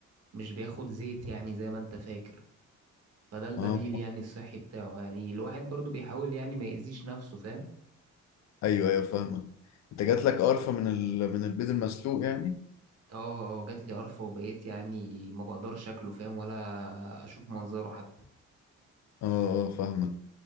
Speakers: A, on the right (about 55°); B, on the left (about 65°).
A: مش بياخد زيت يعني زي ما أنت فاكر فده البديل
B: اه
A: يعني الصحي بتاعه يعني الواحد برضو بيحاول يعني ما يأذيش نفسه فاهم
B: أيوه أيوه فاهمك أنت جات لك قرفة من ال... من البيض المسلوق يعني
A: اه آه، آه، جات لي قرفة وبقيت يعني ما بقدرش شكله فاهم ولا اشوف منظره حتى
B: اه اه فاهمك